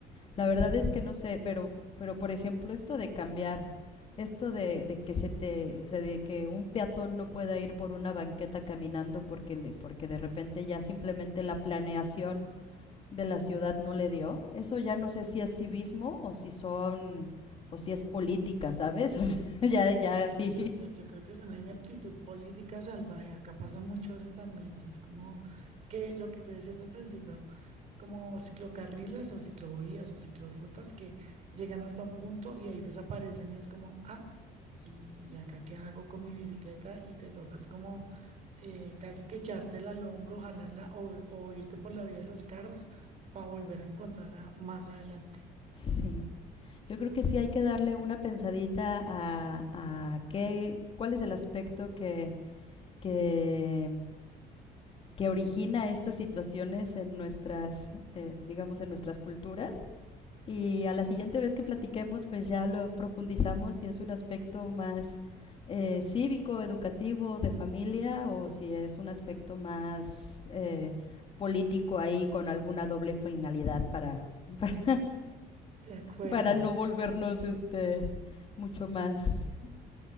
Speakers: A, on the left; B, on the right.
A: La verdad es que no sé, pero, pero por ejemplo, esto de cambiar, esto de, de que se te, o sea, de que un peatón no pueda ir por una banqueta caminando porque, le- porque de repente ya simplemente la planeación de la ciudad no le dio, eso ya no sé si es civismo o si son, o si es política, ¿sabes? <laughs> O sea, ya, ya
B: Sí,
A: sí.
B: yo, yo creo que es una ineptitud política salvaje. Acá pasa mucho eso también. O sea, es como que lo que tú decías al principio, como ciclocarriles o ciclovías o ciclorrutas que llegan hasta un punto y ahí desaparecen y es como, ah, ¿y acá qué hago con mi bicicleta? Y te tocas como eh, casi que echártela al hombro, jalarla o, o irte por la vía de los carros para volver a encontrarla más adelante.
A: Sí, yo creo que sí hay que darle una pensadita a, a qué, cuál es el aspecto que, que, que origina estas situaciones en nuestras, eh, digamos, en nuestras culturas. Y a la siguiente vez que platiquemos, pues ya lo profundizamos si es un aspecto más eh, cívico, educativo, de familia, o si es un aspecto más eh, político ahí con alguna doble finalidad para, <laughs> para
B: De acuerdo.
A: para no volvernos este mucho más